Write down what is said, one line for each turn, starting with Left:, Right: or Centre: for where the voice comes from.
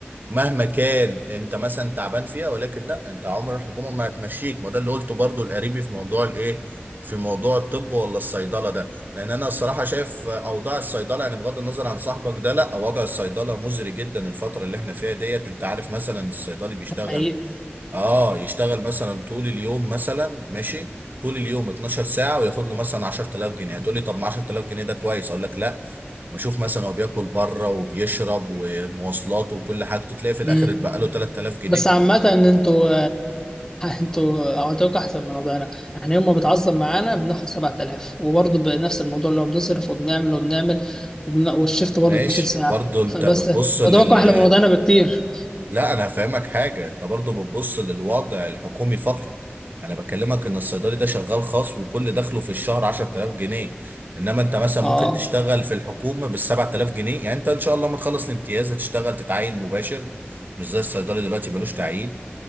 Right: مهما كان انت مثلا تعبان فيها ولكن لا انت عمر الحكومه ما هتمشيك ما ده اللي قلته برضو القريبي في موضوع الايه في موضوع الطب ولا الصيدله ده لان انا الصراحه شايف اوضاع الصيدله يعني بغض النظر عن صاحبك ده لا وضع الصيدله مزري جدا الفتره اللي احنا فيها ديت انت عارف مثلا الصيدلي بيشتغل
Left: حقيقه
Right: اه يشتغل مثلا طول اليوم مثلا ماشي طول اليوم 12 ساعة وياخد له مثلا 10000 جنيه هتقول لي طب ما 10000 جنيه ده كويس اقول لك لا بشوف مثلا هو بياكل بره وبيشرب ومواصلاته وكل حاجته تلاقي في الاخر
Left: امم
Right: اتبقى له 3000 جنيه
Left: بس عامة ان انتوا <laughs> انتوا عطاكوا احسن من وضعنا احنا يوم ما بتعظم معانا بناخد 7000 وبرضه بنفس الموضوع اللي هو بنصرف وبنعمل وبنعمل وبن... والشيفت برضه
Right: ماشي
Left: 12 ساعة
Right: برضو انت
Left: فبس
Right: بتبص لل
Left: وضعكم احلى من وضعنا بكتير
Right: لا انا هفهمك حاجه انت برضو بتبص للوضع الحكومي فقط انا بكلمك ان الصيدلي ده شغال خاص وكل دخله في الشهر 10000 جنيه انما انت مثلا
Left: اه
Right: ممكن تشتغل في الحكومه بال 7000 جنيه يعني انت ان شاء الله ما تخلص الامتياز هتشتغل تتعين مباشر مش زي الصيدلي دلوقتي ملوش تعيين